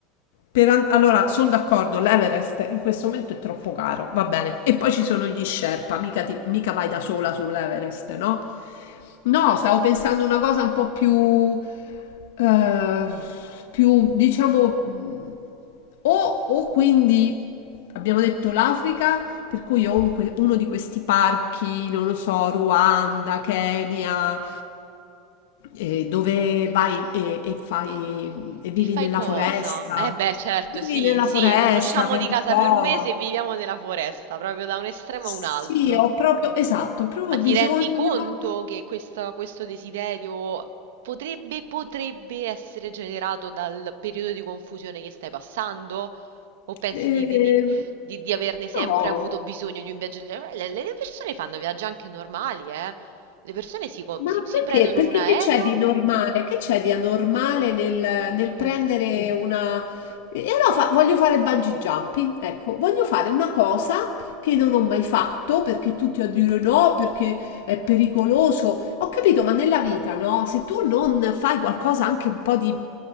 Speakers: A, on the left; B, on the right.
A: Per an- allora, sono d'accordo, l'Everest in questo momento è troppo caro, va bene. E poi ci sono gli Sherpa, mica, ti- mica vai da sola sull'Everest, no? No, stavo pensando una cosa un po' più, eh, più diciamo, mh, o, o quindi abbiamo detto l'Africa, per cui o un que- uno di questi parchi, non lo so, Ruanda, Kenya, eh, dove vai e, e fai e vivi
B: E fai
A: nella
B: cosa?
A: foresta.
B: Eh beh, certo,
A: Vivi
B: sì,
A: nella
B: sì,
A: foresta
B: non usciamo
A: per
B: di
A: un
B: casa
A: po'.
B: per un mese e viviamo nella foresta, proprio da un estremo
A: Sì,
B: a un altro.
A: ho proprio, esatto, ho proprio
B: Ma ti
A: bisogno.
B: rendi conto che questa- questo desiderio potrebbe, potrebbe essere generato dal periodo di confusione che stai passando? O pensi
A: eh,
B: di, di- di- di- di averne sempre
A: no.
B: avuto bisogno di un viaggio? del genere? Le, le persone fanno viaggi anche normali, eh? Le persone si, co-
A: Ma
B: si- si
A: perché?
B: prendono
A: Perché
B: un aereo.
A: che c'è di normale? Che c'è di anormale nel, nel prendere
B: il-
A: una... E allora fa- voglio fare bungee jumping, ecco, voglio fare una cosa che non ho mai fatto perché tutti a dire no, perché è pericoloso. Ho capito, ma nella vita, no? Se tu non fai qualcosa anche un po' di,